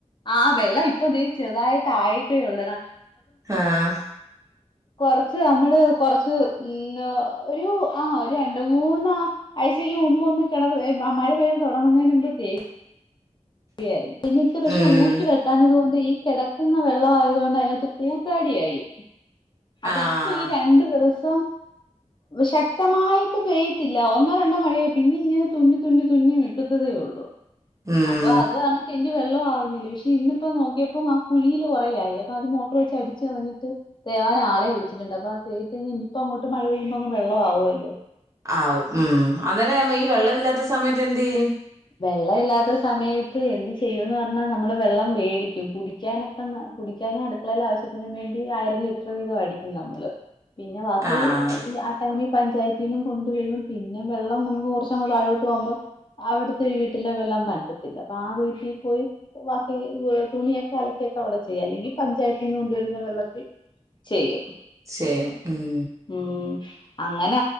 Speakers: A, on the left (about 40°); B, on the right (about 25°).
A: ആ വെള്ള ഇപ്പൊ ദേ ചെർതായിട്ട് ആയിട്ടേ ഒള്ളട
B: ഹാഹ്
A: കൊറച്ച് അമ്മള് കൊറച്ച് ഉം ഏ ഒരു ആ ഒരു രണ്ട് മൂന്ന ആഴ്ചക്ക് മുമ്പ് ഒന്ന് കെണറ് എ മ മഴ പെയ്തു തൊടങ്ങുന്നെയ്നുമ്പെ തേയും <unintelligible> <unintelligible> ഞ്ഞിട്ട് പക്ഷെ
B: ഉം
A: ഊറ്റി വെക്കാഞ്ഞതോണ്ട് ഈ കെട ക്കുന്ന വെള്ള ആയതോണ്ട് അയ്നാത്ത് കൂത്താടിയായി അപ്പൊ
B: ആഹ്
A: ഇപ്പൊ ഈ രണ്ടു ദിവസം ശക്തമായിട്ട് പെയ്ത്തില്ല ഒന്നോ രണ്ടോ മഴയെ പിന്നെ ഇങ്ങനെ തുന്നി തുന്നി തുന്നി നിക്കത്തതെ ഉള്ളൂ
B: ഉം
A: അപ്പൊ അതാണക്ക് അതിന്റെ വെള്ള ആവുന്നില്ല പക്ഷെ ഇന്നിപ്പോ നോക്കിയപ്പോ ആ കുഴിയില് കുറ ആയി അപ്പൊ അത് മോട്ടർ വെച്ച് അടിച്ച കളഞ്ഞിട്ട് തേവാൻ ആളെ വിളിച്ചിട്ടുണ്ട് അപ്പൊ അത് തേവി കഴിഞ്ഞാ ഇപ്പം അങ്ങോട്ട് മഴ പെയുമ്പോ അങ് വെള്ളം ആവുവല്ലോ
B: ആവും ഉം അന്നേരം ഈ വെള്ളവില്ലാത്ത സമയത്ത് എന്തെയും
A: വെള്ളം ഇല്ലാത്ത സമയത്ത് എന്ത് ചെയ്യുന്ന് പറഞ്ഞാൽ നമ്മൾ വെള്ളം വേടിക്കും കുടിക്കാനൊക്കെ കുടിക്കാനും അടുക്കളേൽ ആവശ്യത്തിനും വേണ്ടി അര ലിറ്റർ വീതം അടിക്കും നമ്മൾ പിന്നെ ബാക്കി
B: ആഹ്
A: അയി ആ ടൈമിൽ പഞ്ചായത്തിനും കൊണ്ട് വരും പിന്നെ വെള്ളം നമുക്ക് കുറച്ചങ്ങ താഴോട്ട് പോകുമ്പോ അവിടു ഒരു വീട്ടിലെ വെള്ളം പറ്റത്തില്ല അപ്പൊ ആ വീട്ടിൽ പോയി വാക്കി തുണിയൊക്കെ അലക്കിയൊക്കെ അവിടെ ചെയ്യും അല്ലെങ്കിൽ പഞ്ചായത്തിന് നിന്ന് കൊണ്ടുവരുന്ന വെള്ളത്തിൽ ചെയ്യും
B: ചെയ്യും ഉം
A: ഉം അങ്ങനാ